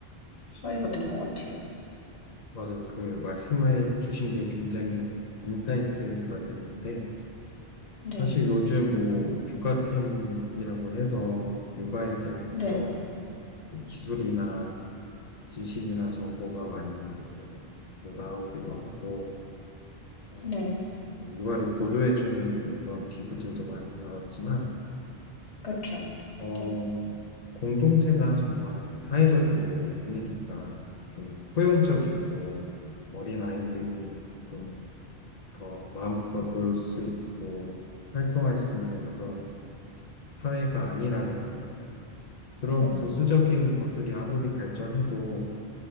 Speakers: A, on the left; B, on the left.
A: 사회가 된 것 같아요.
B: 맞아요. 그 말씀해 주신 게 굉장히 인사이트가 됐는데
A: 네,
B: 사실 요즘 뭐 육아템이라고 해서 육아에 대한
A: 네,
B: 어떤 기술이나 지식이나 정보가 많이 이제 뭐 나오기도 하고 어,
A: 네,
B: 육아를 보조해주는 뭐 그런 기구들도 많이 나왔지만
A: 그렇죠.
B: 어,
A: 네,
B: 공동체가 정말 사회적으로 분위기가 좀 포용적이고 어린 아이들이 좀 더 마음껏 놀 수 있고 활동할 수 있는 그런 사회가 아니라면 그런
A: 네,
B: 부수적인 것들이 아무리 발전해도